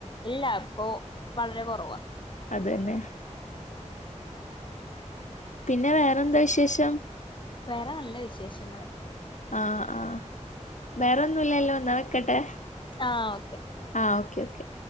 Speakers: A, on the left (about 40°); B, on the left (about 80°).
A: ഇല്ല ഇപ്പൊ വളരെ കുറവാ
B: അതെന്നെ പിന്നെ വേറെന്താ വിശേഷം
A: വേറെ നല്ല വിശേഷങ്ങള്
B: ആഹ് ആഹ് വേറൊന്നുംല്ലല്ലോന്നാ വെക്കട്ടെ
A: ആഹ് ഓക്കെ
B: ആഹ് ഓക്കെ ഓക്കെ